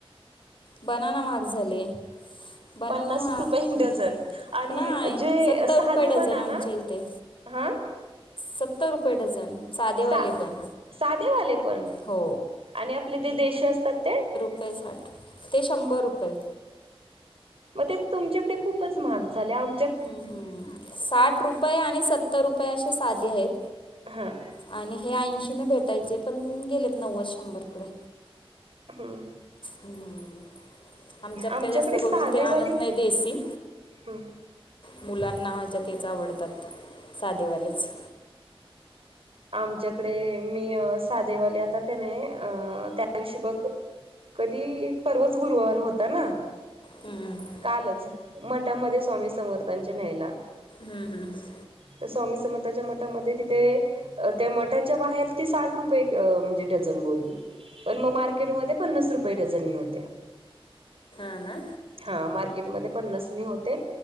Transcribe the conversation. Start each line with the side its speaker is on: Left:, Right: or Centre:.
Left: बनाना महाग झाले. बनाना
Right: पन्नास
Left: महाग
Right: रुपये डझन आणि
Left: नाही
Right: जे
Left: सत्तर
Right: साधे
Left: रुपये डझन
Right: बनाना
Left: आमच्या इथे
Right: हा
Left: सत्तर रुपये डझन साधेवाले
Right: सा
Left: पण
Right: साधेवाले पण
Left: हो
Right: आणि आपले जे देशी असतात ते
Left: रये साठ ते शंभर रुपये
Right: मग ते तुमच्याकडे खूपच महाग झाले आम
Left: हम्म हम् साठ रुपये आणि सत्तर रुपये असे साधे आहेत.
Right: हा
Left: आणि हे ऐंशी न भेटायचे पण गेलेत नव्वद शंभरकडे
Right: हम्
Left: हम्म आमच्यात
Right: आमच्याकडे
Left: काही जास्त
Right: साधेवाले
Left: करून ते आणत नाही देसी
Right: हम्म
Left: मुलांना माझ्या तेच आवडतात साधेवालेच
Right: आमच्याकडे मी साधेवाले आता का नाही अ त्या दिशी बघ कधी परर्वाच गुरुवार होता ना
Left: हम्म.
Right: कालच मठामध्ये स्वामी समर्थानच्या न्यायला.
Left: हम् हं ह
Right: तर स्वामी समथाच्या मठामध्ये तिथे त्या मठाच्या बाहेर ती साठ रुपये म्हणजे डझन बोलली. पण मग मार्केटमध्ये पन्नास रुपये डझन होते.
Left: हा ना
Right: हा मार्केटमध्ये पन्नासनी होते.